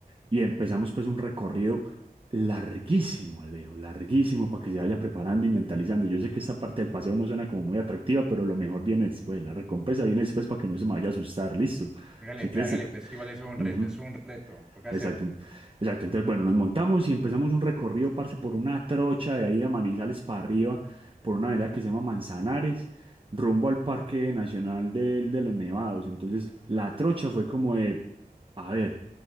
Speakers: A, on the right; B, in the centre.
A: y empezamos pues un recorrido larguísimo, Alejo, larguísimo para que se vaya preparando y mentalizando. Yo sé que esta parte del paseo no suena como muy atractiva, pero lo mejor viene después, la recompensa viene después para que no se me vaya a asustar, listo.
B: Hágale,
A: Si
B: pues,
A: crees,
B: hágale, pues que igual eso es un
A: ujú.
B: reto, es un reto, toca
A: Exacto,
B: hacerle.
A: en- exacto. Entonces, bueno, nos montamos y empezamos un recorrido, parce, por una trocha de ahí de Manizales para arriba, por una vereda que se llama Manzanares, rumbo al Parque Nacional del- de, los Nevados. Entonces, la trocha fue como de, a ver,